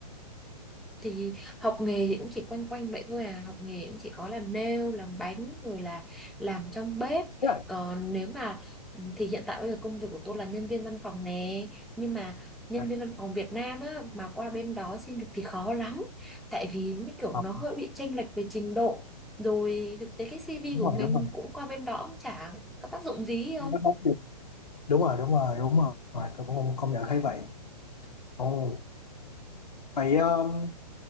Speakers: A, in the centre; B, on the left.
A: thì học nghề thì cũng chỉ quanh quanh vậy thôi à học nghề cũng chỉ có làm nail làm bánh rồi là làm trong bếp
B: Thế à,
A: còn nếu mà thì hiện tại bây giờ công việc của tôi là nhân viên văn phòng nè nhưng mà nhân
B: à,
A: viên văn phòng Việt Nam á mà qua bên đó xin việc thì khó lắm tại vì như kiểu
B: học
A: nó hơi bị chênh lệch về trình độ rồi thực tế cái CV
B: đúng
A: của
B: rồi
A: mình
B: đúng rồi
A: cũng qua bên đó cũng chả có tác dụng gì không
B: Nó đóng được. đúng rồi đúng rồi đúng rồi À, tôi cũng không không nhận thấy vậy ồ vậy um,